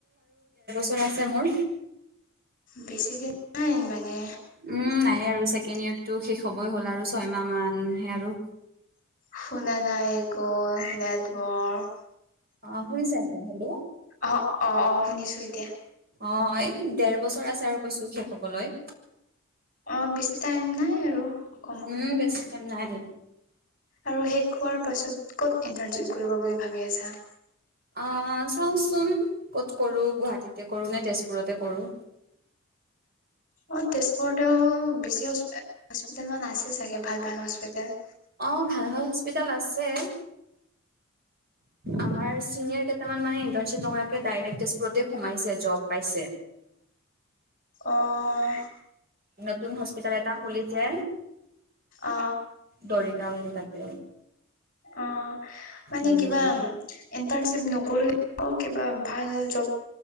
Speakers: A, on the right; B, on the left.
A: দুটা ছেমৰ।
B: বেছি দিন নাই মানে
A: উম নাই আৰু ছেকেণ্ড ইয়েৰটো শেষ হ'বই হ'ল, আৰু ছয়মাহ মানহে আৰু
B: শুনা নাই একো নেটৱৰ্ক
A: অ শুনিছে এতিয়া হেল্ল'
B: অ অ অ শুনিছো এতিয়া
A: অহ এই ডৰ বছৰ আছে আৰু কৈছো শেষ হবলৈ।
B: অ বেছি টাইম নাই আৰু কম
A: উম বেছি টাইম নাই।
B: আৰু শেষ হোৱাৰ পাছত, ক'ত ইন্টাৰ্ণশ্বিপ কৰিব বুলি ভাবি আছা?
A: আহ চাওচোন ক'ত কৰো, গুৱাহাটীতে কৰো নে তেজপুৰতে কৰো। <inaudible>
B: অ তেজপুৰতেও বেছি হস্পিতেল মান আছে চাগে ভাল ভাল হস্পিতেেল।
A: অহ- ভাল ভাল হস্পিতেল আছে। আমাৰ চিনিয়ৰ কেইটামান মানে ইণ্টাৰ্শ্বিপ নৰাকে, ডাইৰেকট তেজপুৰ য়ে সোমাইছে জব পাইছে।
B: অহ
A: নতুন হস্পিটল এটা খুুলিছে।
B: অ
A: দৰিতা বুলি তাতে।
B: অ মানে
A: উম
B: কিবা ইন্টাৰ্ণশ্বিপ নকৰি অ কিবা ভাল জব